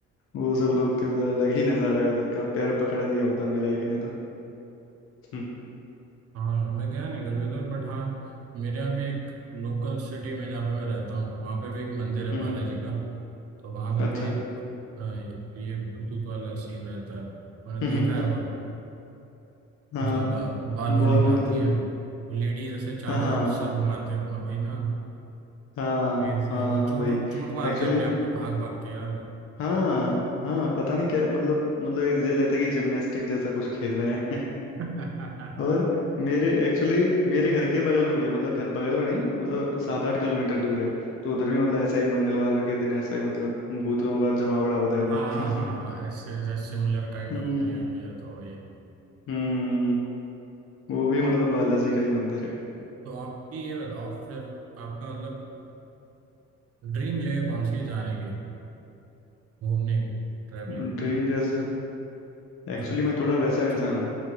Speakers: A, on the left; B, on the right.
A: वो सब लोग थे उधर अलग ही नजारा है उधर का पैर पकड़ लिया होता मेरा एक ने तो हम्म
B: हाँ यार मैं गया नहीं कभी उधर बट हाँ मेरे यहाँ भी एक लोकल सिटी में जहाँ पे मैं रहता हूँ वहाँ पे भी एक मंदिर है
A: हम्म,
B: बालाजी का तो वहाँ पे
A: अच्छा
B: भी हाँ ये भूतूत वाला सीन रहता है मैंने
A: हम्म,
B: देखा
A: हम्म,
B: है वो
A: हाँ
B: ज्यादा बाल
A: बहुत
B: बाल हिलाती
A: मतलब
B: हैं वो लेडी जैसे चारों
A: हाँ हाँ
B: ओर सर घुमाते हैं अपना वही ना
A: हाँ
B: क्रेजी
A: हाँ
B: है वो चोट
A: वही
B: चोट मारते
A: एक्चुअली
B: हैं अपने आप को भाग भाग के यार
A: हाँ हाँ पता नहीं क्या मतलब मतलब ये लगता है कि जिमनास्टिक जैसा कुछ खेल रहे हैं
B: <laughs>
A: और मेरे एक्चुअली मेरे घर के बगल में भी है मतलब घर बगल में नहीं मतलब सात आठ किलोमीटर दूर है तो उधर भी मतलब ऐसा ही मंगलवार के दिन ऐसा ही मतलब भूतों का जमावड़ा होता है उधर
B: हाँ
A: <laughs>
B: हाँ ऐसे ऐसे सिमिलर काइंड
A: हम्म
B: ऑफ मेरे यहाँ भी है तो वही
A: हम्म वो भी मतलब बालाजी का ही मंदिर है
B: तो आपकी ये बताओ फिर आपका मतलब ड्रीम जगह कौन सी है जाने की घूमने की ट्रैवलिंग
A: ड्रीम जैसा
B: मतलब
A: एक्चुअली मैं थोड़ा वैसा इंसान
B: जो
A: हूँ